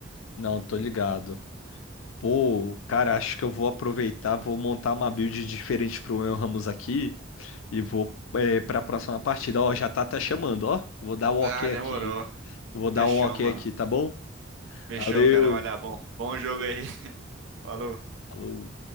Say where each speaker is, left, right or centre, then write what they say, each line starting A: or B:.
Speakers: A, on the left; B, on the right.
A: não, tô ligado. Pô, cara, acho que eu vou aproveitar, vou montar uma build diferente pro meu Ramos aqui e vou é, para a próxima partida. Ó, já tá até chamando, ó. Vou dar o ok
B: Ah, demorou.
A: aqui. Vou dar
B: Fechou,
A: um ok
B: mano.
A: aqui, tá bom?
B: Fechou,
A: Valeu.
B: cara. Vai lá, bom. Bom
A: Alô,
B: jogo aí. <laughs> Falou.
A: alô.